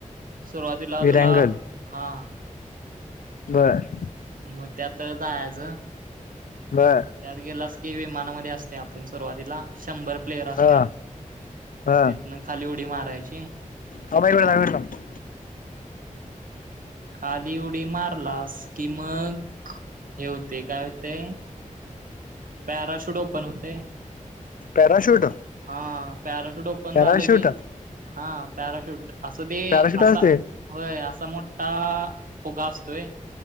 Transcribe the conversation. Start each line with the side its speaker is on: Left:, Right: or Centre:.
Right: सुरुवातीला
Left: विरांगल
Right: तुला हा.
Left: बर.
Right: मग त्यात जायच.
Left: बर
Right: त्यात गेलास कि विमानामध्ये असते आपण सुरुवातीला शंभर प्लेयर असतात
Left: हा हा
Right: तीथन खाली उडी मारायची.
Left: हा बाई वेळा वेटम <unintelligible>
Right: खाली उडी मारलास किमग हेेवते काय होतय. पॅराशूट ओपन होतय.
Left: पॅराशूट.
Right: हा पॅराशूट ओपन
Left: पॅराशूट
Right: झालं की हा पॅराशूट असं ते
Left: पॅराशूट
Right: असा
Left: असते
Right: होय असा मोठा फुगा असतोय.